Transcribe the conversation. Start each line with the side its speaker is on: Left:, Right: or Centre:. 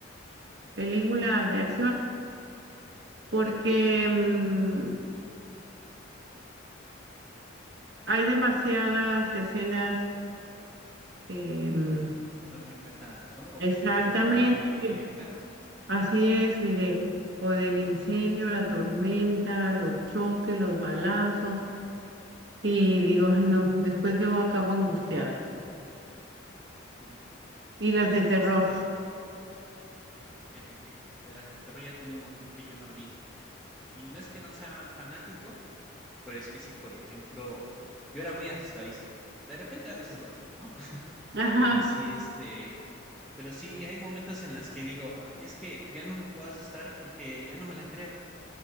Right: película de acción. porque mm, hay demasiadas escenas eh, mm,
Centre: que son muy pesadas, ¿no? O
Right: exactamente,
Centre: que son muy directas.
Right: que- así es, y de, o del incendio, la tormenta, los choques, los balazos, y digo, ay no, después yo acabo angustiada.
Centre: Sí,
Right: Y
Centre: sí,
Right: las
Centre: a veces
Right: de terror,
Centre: así pasa. Ah, fíjate que de las de terror ya tiene un montón que yo no he visto. Y no es que no sea fanático, pero es que sí, por ejemplo, yo era muy asustadizo. De repente a veces lo soy, ¿no? <laughs>
Right: <laughs> ajá,
Centre: Pero sí, este, pero sí hay momentos en las que digo, ay, es que ya no me puedo asustar porque ya no me la creo.